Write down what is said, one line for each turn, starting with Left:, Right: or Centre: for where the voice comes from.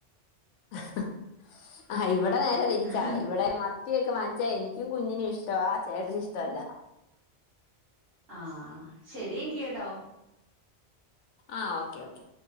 Left: ഹഹ ആ ഇവിടെ നേരെ തിരിച്ചാ
Right: ഉം
Left: ഇവിടെ മത്തിയൊക്കെ <unintelligible> എനിക്കും കുഞ്ഞിനും ഇഷ്ടവ ചേട്ടന് ഇഷ്ടവല്ല
Right: ആ ആശരിയെങ്കി കേട്ടോ
Left: ആ ഓക്കെ ഓക്കെ